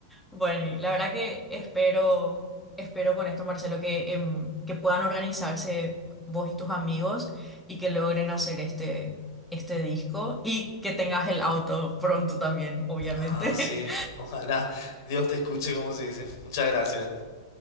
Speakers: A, in the centre; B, on the left (about 60°).
A: Bueno, y la verdad que espero, espero con esto, Marcelo, que, em, que puedan organizarse vos y tus amigos y que logren hacer este, este disco y que tengas el auto pronto también, obviamente.
B: Ah, sí,
A: <laughs>
B: ojalá Dios te escuche como se dice. Muchas gracias.